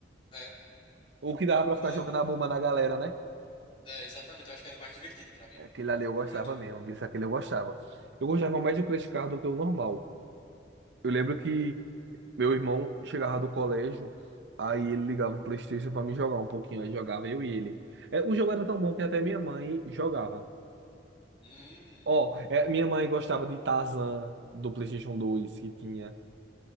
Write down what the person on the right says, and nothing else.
o que dava pra
ficar
jogando a bomba na galera, né?
Aquele ali eu gostava
mesmo, viu? Aquele eu gostava. Eu gostava mais do Crash Car do que o normal. Eu lembro que meu irmão chegava do colégio, aí ele ligava o PlayStation pra mim jogar um pouquinho, aí jogava eu e ele. É, o jogo era tão bom que até minha mãe jogava.
Ó, é, minha mãe gostava de Tarzan do PlayStation dois que tinha.